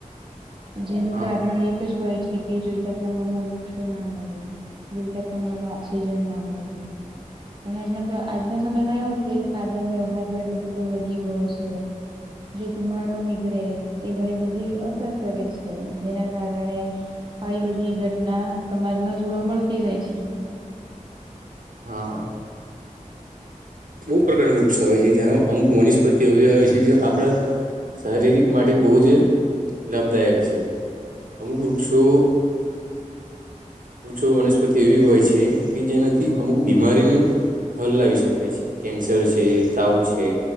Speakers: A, on the right; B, on the right.
A: જેનું
B: હા
A: કારણ એક જ હોય છે કે જોઈતા પ્રમાણમાં વૃક્ષો ના મળે જોઈતા પ્રમાણમાં ઓક્સિજન ના મળે. હમ. અને આજના આજના સમયમાં એવું કે સાધન વ્યવહાર પણ એટલો બધો વધી ગયો છે. જે ધુમાડો નીકળે એ ઘણી બધી અસર કરે છે જેના કારણે આવી બધી ઘટના સમાજમાં જોવા મળતી હોય છે.
B: હા બહુ પ્રકારના વૃક્ષો આવે છે જ્યાં અમુક વનસ્પતિ એવી આવે છે જે આપણા શારીરિક માટે બહુ જ લાભદાયક છે અમુક વૃક્ષો વૃક્ષો વનસ્પતિ એવી હોય છે કે જેનાથી અમુક બીમારીનું હલ લાવી શકાય છે કેન્સર છે તાવ છે